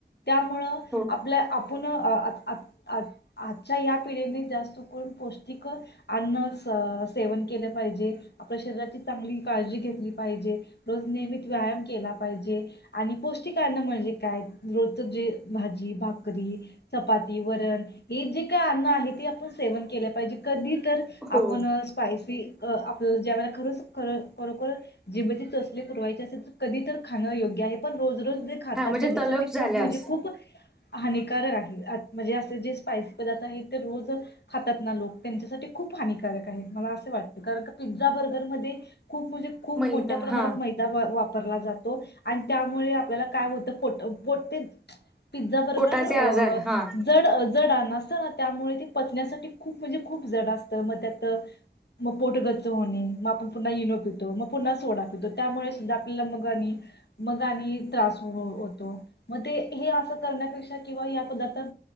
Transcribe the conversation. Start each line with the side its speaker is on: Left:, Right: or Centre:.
Left: त्यामुळं
Centre: हो
Left: आपल्या आप आपुण आज आज आज आजच्या या पिढीने जास्त करून पौष्टिक अन्न स सेवन केलं पाहिजे आपल्या शरीराची चांगली काळजी घेतली पाहिजे रोज नियमित व्यायाम केला पाहिजे आणि पौष्टिक अन्न म्हणजे काय रोजच जे भाजी भाकरी चपाती वरण हे जे काय अन्न आहे ते आपण सेवन केल्या पाहिजे कधी तर
Centre: हो
Left: आपण स्पायसी अं आपलं ज्यावेळेला खरंच खर खरोखर जिबेचे चोचले पुरवायचे असेल तर कधी तर खाणं योग्य आहे पण रोज रोज जे खातात
Centre: हा म्हणजे
Left: त्याच्या
Centre: तलप
Left: साठी
Centre: झाल्यास
Left: खूप म्हणजे खूप हानी <unintelligible> म्हणजे अस जे स्पाइसी पदार्थ आहेत रोज खातात ना लोक त्यांच्यासाठी खूप हानिकक आहेत मला असे वाटत कारण पिझ्झा बर्गरमध्ये खूप म्हणजे खूप
Centre: मैदा
Left: मोठ्या प्रमाणात
Centre: हा
Left: मैदा वाप वापरला जातो आणि त्यामुळे आपल्याला काय होत पोट ते पिझ्झा बर्गर
Centre: पोटाचे
Left: अ
Centre: आजार हा
Left: जड जड <unintelligible> त्यामुळे ते पचण्यासाठी खूप म्हणजे खूप जड असतं मग त्यात मग पोटगच्च होणे मग आपण पुन्हा इनो पितो मग पुन्हा सोडा पितो त्यामुळे सुद्धा आपल्याला मग आणि मग आणि त्रास होतो मग ते हे असं करण्यापेक्षा किंवा या पदार्थात